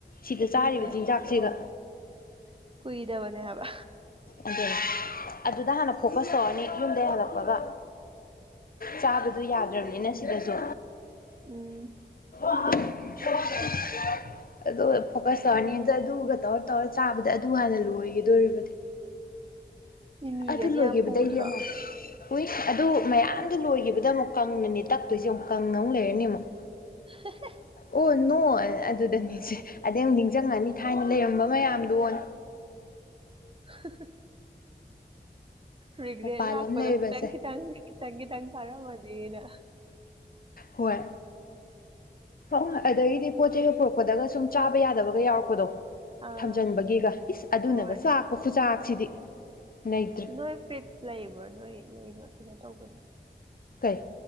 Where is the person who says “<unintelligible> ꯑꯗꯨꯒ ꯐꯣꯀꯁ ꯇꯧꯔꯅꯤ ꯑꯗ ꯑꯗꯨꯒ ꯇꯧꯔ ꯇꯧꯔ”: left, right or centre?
Left